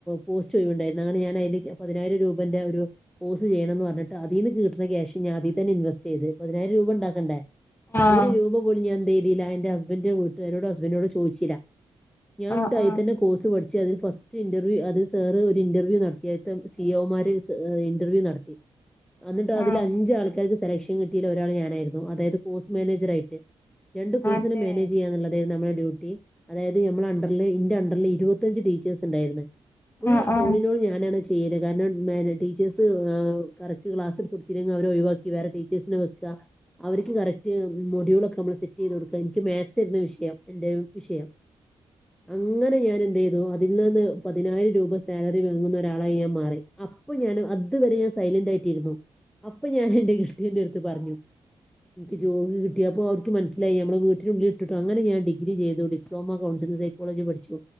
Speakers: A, in the centre; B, on the left (about 20°).
A: പോസ്റ്റ് ഒഴിവ് ഇണ്ടായിരുന്നു അങ്ങനെ ഞാൻ അയിന് പതിനായിരം രൂപന്റെ ഒരു കോഴ്സ് ചെയ്യണം എന്ന് പറഞ്ഞിട്ട് അതീന്ന് കിട്ടണ ക്യാഷ് ഞാൻ അതി തന്നെ ഇൻവസ്റ്റ് ചെയ്ത് പതിനായിരം രൂപ ഒണ്ടാക്കണ്ടേ
B: ആഹ്
A: ഒരു രൂപ പോലും ഞാൻ എന്ത് ചെയ്തില്ല എന്റെ ഹസ്ബഡിന്റെ വീട്ടുകാരോടും ഹസ്ബൻഡിനോടും ചോദിച്ചില്ല ഞാൻ
B: ആഹ്
A: അന്നിട്ട് അതിൽ
B: ആഹ്
A: തന്നെ കോഴ്സ് പഠി ച്ച് ഫസ്റ്റ് ഇന്റർവ്യൂ അത് സാറ് ഒരു ഇന്റർവ്യൂ നടത്തിയപ്പം സി ഒ മാര് സ ഇന്റർവ്യൂ നട ത്തി അന്നിട്ട് അതില്
B: ആഹ്
A: അഞ്ച് ആൾക്കാർക്ക് സെലക്ഷൻ കിട്ടിയതിൽ ഒരാൾ ഞാനായിരുന്നു അതായത് കോഴ്സ് മാനേജർ ആയിട്ട് രണ്ട് പോസിന്
B: അതെ
A: മാനേജ് ചെയ്യാന്നോള്ളത് ആയിരുന്നു നമ്മടെ ഡ്യൂട്ടി അതായത് നമ്മൾ അണ്ടറിൽ ഇന്റെ അണ്ടറിൽ ഇരുപ ത്തഞ്ച് ടീച്ചേഴ്സ് ഒണ്ടായിരുന്നു ഫുൾ
B: ആഹ് ആഹ്
A: ഓളിനോള് ഞാനാണ് ചെ ചെയ്തത് കാരണം മാന ടീച്ചേഴ്സ് ആ കറക്ട് ക്ലാസ് എടുത്ത് കൊടുത്ത് ഇല്ലെങ്കിൽ അവരെ ഒഴിവാക്കി വേറെ ടീച്ചേഴ്സിനെ വെക്കുക അവർക്ക് കറക്റ്റ് മൊഡ്യൂൾ ഒക്കെ നമ്മള് സെറ്റ് ചെയ്ത് കൊടുക്കുക എനിക്ക് മാത്‍സ് ആരുന്നു വിഷയം എന്റെ വിഷയം വിഷയം അങ്ങനെ ഞാൻ എന്റെ ആ അതിൽ നിന്ന് പതിനായിരം രൂപ സാലറി വാങ്ങുന്ന ഒരാളായി ഞാൻ മാറി അപ്പൊ ഞാന് അതുവരെ സൈലന്റ് ആയി ട്ടിരുന്നു അപ്പൊ ഞാൻ എന്റെ കെട്ടിയോന്റെ അടുത്ത് പറഞ്ഞു എനിക്ക് ജോലി കിട്ടി അപ്പോ അവർക്ക് മനസിലായി നമ്മള് വീനുള്ളിൽ ഇട്ടിട്ടും അങ്ങനെ ഞാൻ ഡിഗ്രി ചെയ്തത് ഡ്രോമ കോളേജില് സൈക്കോളജിയും പഠിച്ചു